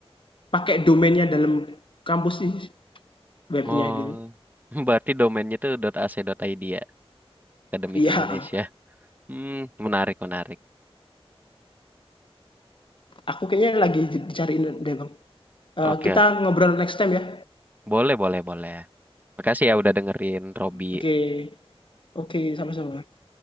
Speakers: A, on the left; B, on the right.
A: pakai domainnya dalam kampus di webnya
B: Oh,
A: gitu.
B: <laughs> berarti domainnya itu .ac.id ya, Akademik
A: Iya,
B: Indonesia. Hmm, menarik, menarik.
A: aku kayaknya lagi dicariin deh bang. Eh,
B: Oke,
A: kita
B: oke.
A: ngobrol next time ya.
B: Boleh, boleh, boleh. Makasih ya udah dengerin, Robi.
A: Oke, okay. oke, okay, sama-sama.